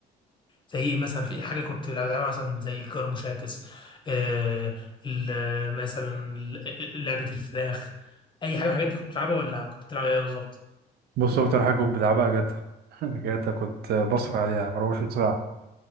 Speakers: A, on the left; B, on the right.
A: زي ايه مثلا في إيه حاجه كنت بلعبها مثلا زي الجار المشاكس آه ال- مثلا ال- لعبه الفراخ اي حاجه من الحاجات دي كنت بتلعبها ولا كنت بتلعب ايه بالظبط
B: بص اكتر حاجه كنت بلعبها جاتا <laughs> جاتا كنت بسهر عليها 24 ساعه